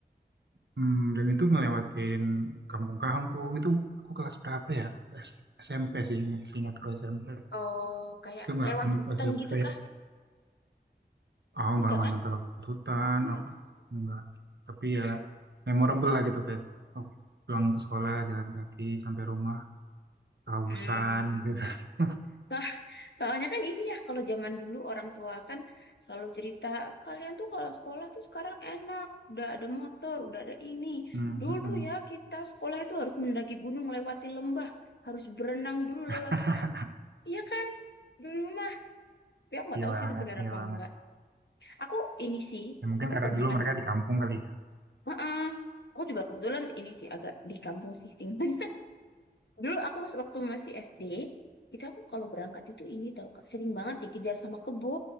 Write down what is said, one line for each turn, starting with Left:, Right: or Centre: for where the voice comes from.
Right: Hmm, dan itu ngelewatin kampung-kampung itu aku kelas berapa ya S- SMP sih ingat ingat ke SMP
Left: Oh, kayak
Right: itu nggak
Left: lewat
Right: akan lupa
Left: hutan
Right: sih aku
Left: gitu,
Right: kayak
Left: Kak?
Right: aku
Left: Enggak
Right: nggak nggak
Left: kan?
Right: nyampe lewat hutan apa nggak tapi ya memorable lah gitu kayak oh, pulang ke sekolah jalan kaki sampai rumah kehausan
Left: Hmm.
Right: gitu <laughs>
Left: Nah, soalnya kan ini ya, kalau zaman dulu orang tua kan selalu cerita, kalian tuh kalau sekolah tuh sekarang enak, udah ada motor, udah ada ini.
Right: Hmm,
Left: Dulu
Right: hmm, hmm.
Left: ya kita sekolah itu harus mendaki gunung, lewati lembah, harus berenang dulu lewat
Right: <laughs>
Left: sungai. Iya kan? Dulu mah, tapi aku nggak
Right: iya
Left: tahu
Right: banget
Left: sih itu benar
Right: iya
Left: apa
Right: banget
Left: enggak. Aku ini sih,
Right: ya, mungkin
Left: aku
Right: karena
Left: pernah
Right: dulu
Left: kan,
Right: mereka di kampung kali ya
Left: Heeh. Aku juga kebetulan ini sih agak di kampung sih tinggal. Dulu aku pas waktu masih SD, itu aku kalau berangkat itu ini tau Kak, sering banget dikejar sama kebo.